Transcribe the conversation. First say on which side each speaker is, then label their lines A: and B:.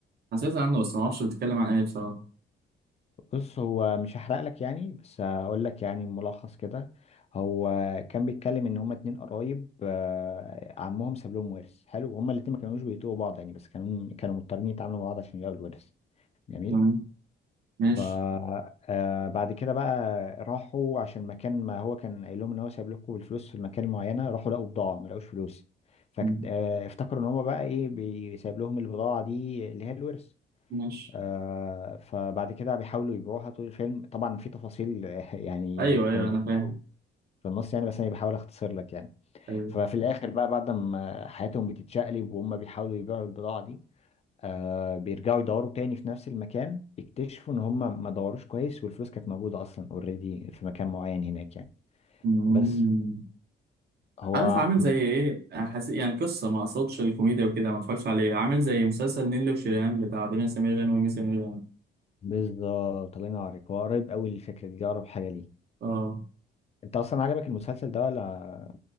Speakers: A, on the right; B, on the left.
A: حسيت عنه بس معرفش بتتكلم عن إيه بصراحة
B: بص هو مش هحرق لك يعني بس هقول لك يعني ملخص كده هو كان بيتكلم ان هما اتنين قرايب أه عمهم ساب لهم ورث حلو وهما الاتنين ما كانوش بيتوبوا بعض يعني بس كانوا كانوا مضطرين يتعاملوا مع بعض عشان يلاقوا الورث جميل
A: تمام ماشي
B: فبعد كده بقى راحوا عشان مكان ما هو كان قايل لهم ان هو سايب لكم الفلوس في المكان معينه راحوا لقوا بضاعه ما لقوش فلوس فافتكروا
A: مم.
B: ان هم بقى ايه بي- سايب لهم البضاعه دي اللي هي الورث
A: ماشي
B: آه، فبعد كده بيحاولوا يبيعوها طول الفيلم طبعا في تفاصيل <laughs> آه، يعني
A: أيوه
B: كوميدية
A: أيوه أنا فاهم
B: في النص يعني بس انا بحاول اختصر لك يعني
A: أيوه
B: ففي الاخر بقى بعد ما حياتهم بتتشقلب وهم بيحاولوا يبيعوا البضاعة دي آه بيرجعوا يدوروا تاني في نفس المكان يكتشفوا ان هم ما دوروش كويس والفلوس كانت موجودة اصلا اوريدي في مكان معين هناك يعني
A: مم.
B: بس هو
A: عارف عامل زي ايه حس... يعني القصه ما اقصدش الكوميديا وكده ما اتفرجش عليه عامل زي مسلسل نيللي وشيريهان بتاع دنيا سمير غانم ومي سمير غانم
B: بالظبط الله ينورك هو قريب قوي للفكرة دي اقرب حاجة ليه
A: اه
B: انت اصلا عجبك المسلسل ده ولا